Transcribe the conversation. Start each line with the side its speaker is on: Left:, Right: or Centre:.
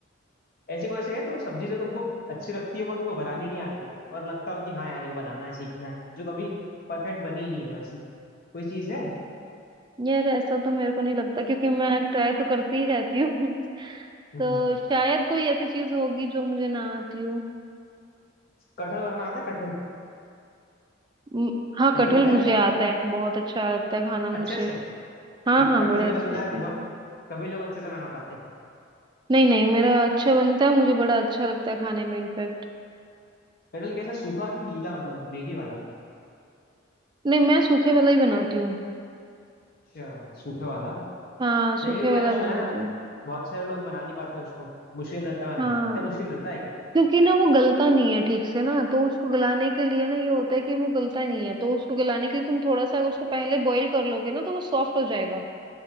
Left: ऐसे कोई ऐसे है तो सब्जी जो तुमको अच्छी लगती है पर तुमको बनानी नहीं आती हो और लगता हो कि हाँ यार ये बनाना है सीखना है जो कभी परफेक्ट बनी नहीं हो ऐसी कोई चीज है
Right: यार ऐसा तो मेरे को नहीं लगता क्योंकि मैं ट्राई तो करती ही रहती हूँ <laughs>
Left: हम्म
Right: तो शायद कोई ऐसी चीज होगी जो मुझे ना आती हो
Left: कटहल बनाना आता है कटहल
Right: म, हाँ
Left: कटहल
Right: कटहल
Left: खाया
Right: मुझे
Left: है
Right: आता है बहुत अच्छा लगता है खाना मुझे
Left: अच्छे से क्योंकि
Right: हाँ हाँ
Left: कटहल
Right: बड़े
Left: मैंने
Right: अच्छे
Left: सुना है
Right: से
Left: बहुत कभी लोग अच्छे से बना पाते हैं
Right: नहीं नहीं मेरा अच्छा बनता है मुझे बड़ा अच्छा लगता है खाने में इनफेक्ट
Left: कटहल कैसा सूखा कि गीला मतलब ग्रेवी वाला
Right: नहीं मैं सूखे वाला ही बनाती हूँ
Left: अच्छा सूखे वाला
Right: हाँ सूखे
Left: नहीं क्योंकि
Right: वाला
Left: मैंने
Right: बनाती
Left: सुना है ना
Right: हूँ
Left: बहुत सारे लोग बना नहीं पाते उसको मुश्किल रहता है बनाना
Right: हाँ
Left: इतना मुश्किल रहता है क्या
Right: क्योंकि ना वो गलता नहीं है ठीक से ना तो उसको गलाने के लिए ना ये होता है कि वो गलता नहीं है तो उसको गलाने के लिए तुम थोड़ा सा अगर उसको पहले बॉईल कर लोगे ना तो वो सॉफ्ट हो जाएगा